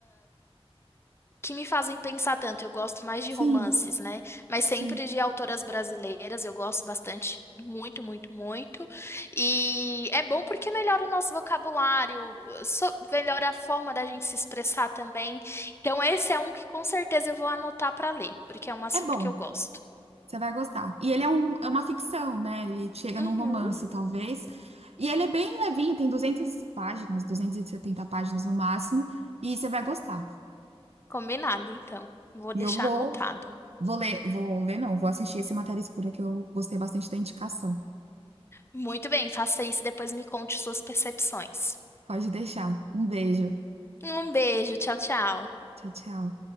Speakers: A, on the left; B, on the right.
A: que me fazem pensar tanto. Eu gosto mais de
B: Sim,
A: romances, né? Mas sempre
B: sim.
A: de autoras brasileiras, eu gosto bastante, muito, muito, muito. E é bom porque melhora o nosso vocabulário, so- melhora a forma da gente se expressar também. Então, esse é um que com certeza eu vou anotar para ler, porque é um assunto
B: É bom.
A: que eu gosto.
B: Você vai gostar. E ele é, um- é uma ficção, né? Ele chega
A: Uhum.
B: num romance, talvez. E ele é bem levinho, tem 200 páginas, 270 páginas no máximo. E você vai gostar.
A: Combinado, então. Vou deixar
B: E eu vou,
A: anotado.
B: vou ler, vou ler, não, vou assistir esse Matéria Escura que eu gostei bastante da indicação.
A: Muito bem, faça isso e depois me conte suas percepções.
B: Pode deixar. Um beijo.
A: Um beijo, tchau, tchau.
B: Tchau, tchau.